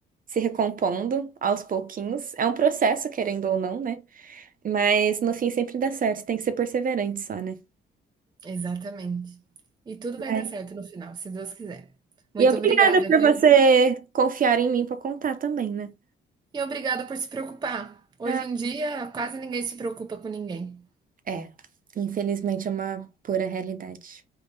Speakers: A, on the right (about 45°); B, on the right (about 20°).
A: se recompondo aos pouquinhos. É um processo, querendo ou não, né? Mas no fim sempre dá certo. Tem que ser perseverante só, né?
B: Exatamente. E tudo vai
A: É.
B: dar certo no final, se Deus quiser. Muito
A: E obrigada
B: obrigada,
A: por
B: viu?
A: você confiar em mim para contar também, né?
B: E obrigada por se preocupar. Hoje
A: Ah,
B: em dia, quase ninguém se preocupa com ninguém.
A: É, infelizmente é uma pura realidade.